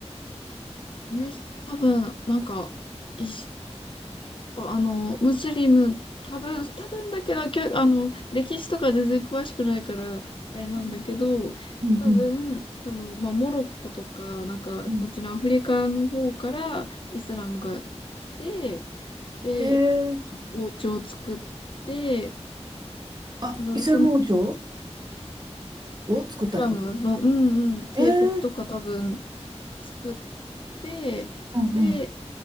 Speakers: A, on the left; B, on the right.
A: む多分、なんか、一あの、ムスリム、多分、多分だけど、きょあの、歴史とか全然詳しくないから、あれなんだけど、
B: うんうんうん
A: 多分、その、まあ、モロッコとか、なんか、
B: うん
A: そっちのアフリカの方からイスラムが来て、で、
B: へえ。
A: あの王朝を作って、
B: あ、
A: うんそのイ
B: イスラム王朝を作ったってこと
A: スラムの、うんうん、帝国とか多分
B: ええ。
A: 作って、
B: うんうん。
A: で、